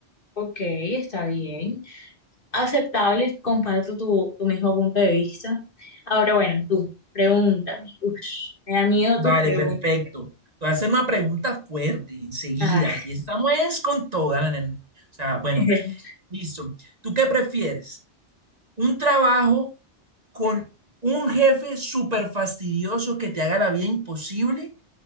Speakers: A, on the left (about 50°); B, on the right (about 35°).
A: Ok, está bien. Aceptable, comparto tu, tu mismo punto de vista. Ahora, bueno, tú, pregúntame. Ush, me da miedo
B: Vale,
A: tus preguntas.
B: perfecto. Te voy a hacer una pregunta fuerte enseguida.
A: Ah,
B: Aquí estamos es con toda la nena. O sea, bueno,
A: <laughs>
B: listo. ¿Tú qué prefieres? un trabajo con un jefe súper fastidioso que te haga la vida imposible